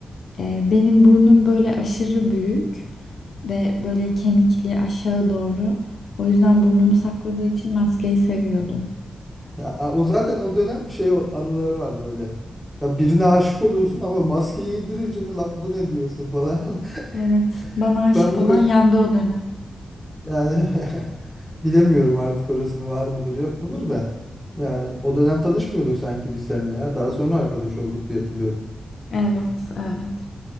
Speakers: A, on the left (about 75°); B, in the centre.
A: Ee, benim burnum böyle aşırı büyük ve böyle kemikli aşağı doğru. O yüzden burnumu sakladığı için maskeyi seviyordum.
B: Ya a, o zaten o dönem şey o- anıları var böyle. Ya birine aşık oluyorsun ama maskeyi indirince lan bu ne diyorsun falan. <laughs>
A: Evet, bana aşık
B: Ben bu
A: olan
B: ka-
A: yandı o dönem.
B: Yani <laughs> bilemiyorum artık orasını var mıdır yok mudur da. Yani o dönem tanışmıyorduk sanki biz seninle ya. Daha sonra arkadaş olduk diye hatırlıyorum.
A: Evet, evet.